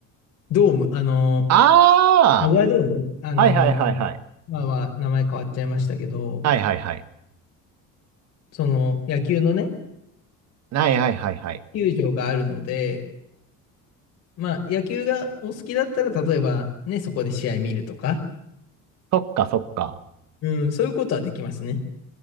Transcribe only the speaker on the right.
あ
あはいはいはいはい。
はいはいはい。
はいはいはいはい。
そっかそっか。